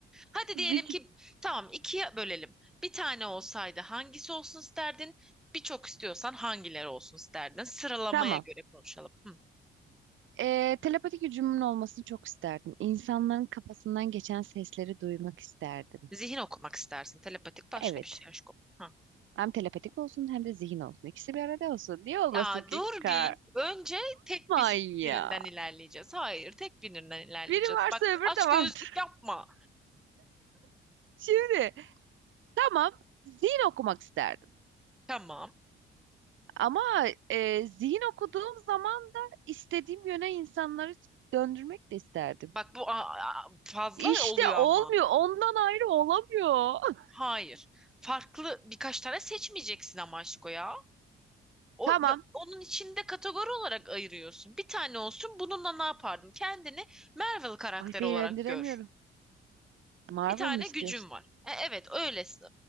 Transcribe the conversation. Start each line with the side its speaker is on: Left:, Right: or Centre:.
Centre: Hadi
Right: Bir,
Centre: diyelim
Right: gü-
Centre: ki tamam ikiye bölelim. Bir tane olsaydı hangisi olsun isterdin? Birçok istiyorsan hangileri olsun isterdin? Sıralamaya
Right: tamam.
Centre: göre konuşalım. Hı.
Right: Ee, telepati gücümün olmasını çok isterdim. İnsanların kafasından geçen sesleri duymak isterdim.
Centre: Zihin okumak istersin. Telepatik başka
Right: Evet.
Centre: bir şey aşkım. Hı.
Right: Hem telepatik olsun hem de zihin olsun. İkisi bir arada olsun. Niye olmasın
Centre: Ya
Right: ki
Centre: dur
Right: kar?
Centre: bir. Önce tek
Right: Aman
Centre: bir,
Right: ya.
Centre: birinden ilerleyeceğiz. Hayır, tek birinden ilerleyeceğiz.
Right: Biri varsa
Centre: Bak
Right: öbürü
Centre: aç
Right: de vardır.
Centre: gözlük yapma.
Right: <laughs> Şimdi tamam zihin okumak isterdim.
Centre: Tamam.
Right: Ama e, zihin okuduğum zaman da istediğim yöne insanları döndürmek de isterdim.
Centre: Bak bu a- a- fazla
Right: İşte
Centre: oluyor
Right: olmuyor.
Centre: ama.
Right: Ondan ayrı olamıyor. <laughs>
Centre: Hayır. Farklı birkaç tane seçmeyeceksin ama aşko ya. O,
Right: Tamam.
Centre: onun içinde kategori olarak ayırıyorsun. Bir tane olsun bununla ne yapardım? Kendini Marvel karakteri
Right: Ay beğendiremiyorum.
Centre: olarak gör.
Right: Marvel
Centre: Bir tane
Right: mı istiyorsun?
Centre: gücün var. E, evet öyle s-